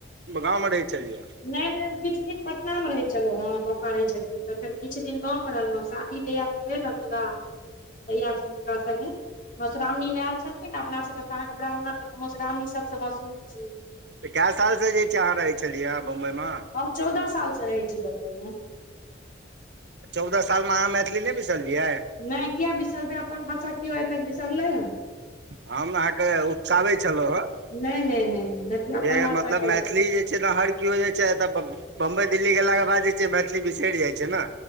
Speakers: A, on the right; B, on the left.
A: गाँवमे रहै छलियै
B: नहि नहि हम किछु दिन पटना मे रहै छलहुँं हें पप्पा रहै छलखिन तऽ फेर किछु दिन गाँवमे रहलौं शादी जहिया सँ भेलै नऽ विवाह तहिया सँ हुनका संगे मधुश्रावणी मे आयल छलखिन नऽ अपना सबके तऽ अहाँके ब्राह्मणक मधुश्रावणी सबसँ मशहूर छियै
A: तऽ कए सालसँ जे छै अहाँ रहै छलियै हँ बम्बइमे
B: हम चौदह सालसँ रहै छी बम्बइमे
A: चौदह सालमे अहाँ मैथिली नहि बिसरलियै
B: नहि किये बिसरबै अपन भाषा कियो आइ तक बिसरलै
A: हम अहाँके उकसाबै छलौं हें
B: नहि नहि नहि नहि मैथिली अपन
A: जे
B: भाषा
A: मतलब
B: के
A: मैथिली जे छै न हर कियो जे छै एतऽ बम्बई दिल्ली गेलाके बाद जे छै मैथिली बिसरि जाइ छै ने